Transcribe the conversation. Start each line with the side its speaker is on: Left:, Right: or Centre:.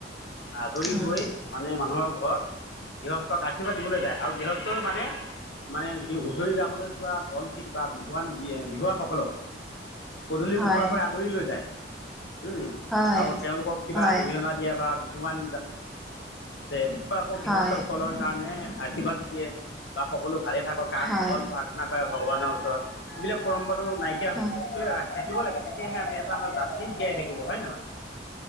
Left: আজৰি
Centre: উম
Left: হৈ মানে মানুহক ঘৰত গৃহস্থক আশীৰ্বাদ দিবলৈ যায় আৰু গৃহস্থই মানে মানে যি হুঁচৰি যাবলৈ যোৱা দলটিক বা বিহুৱান বিহুৱাসকলক পদূলি
Centre: হয়
Left: মুখৰ পৰা আদৰি লৈ যায়, উম
Centre: হয়
Left: আৰু তেওঁলোকক কিবা
Centre: হয়
Left: অৰিহণা কেতিয়াবা বিহুৱান <unintelligible> আকৌ গৃহস্থসকলৰ
Centre: হয়
Left: কাৰণে আশীৰ্বাদ দিয়ে বা সকলো ভালে থাকক তাৰ
Centre: হয়,
Left: মংগল প্ৰাৰ্থনা কৰে ভগৱানৰ ওচৰত। এইবিলাক পৰম্পৰাটো নাইকিয়া
Centre: হয়,
Left: হৈছে। <unintelligible> থাকিব লাগে তেতিয়াহে আমি এটা আমাৰ জাত্ৰী জীয়াই থাকিব হয় নে নহয়?